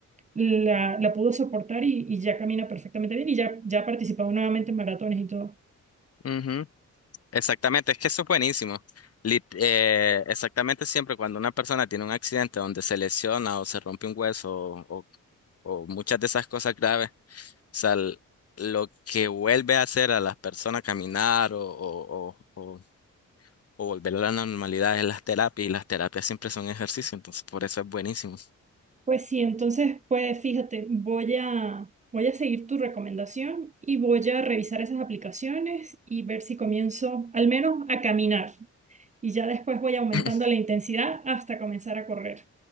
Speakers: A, on the right; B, on the left.
A: La, la pudo soportar y, y ya camina perfectamente bien y ya, ya ha participado nuevamente en maratones y todo.
B: Ujú. Exactamente, es que eso es buenísimo. Lit- eh, exactamente siempre cuando una persona tiene un accidente donde se lesiona o se rompe un hueso o, o- o muchas de esas cosas graves, o sea, l- lo que vuelve a hacer a las personas caminar o, o, o- o volver a la normalidad es las terapias y las terapias siempre son ejercicio, entonces por eso es buenísimo.
A: Pues sí, entonces, pues fíjate, voy a, voy a seguir tu recomendación y voy a revisar esas aplicaciones y ver si comienzo al menos a caminar. Y ya después voy aumentando
B: <laughs>
A: la intensidad hasta comenzar a correr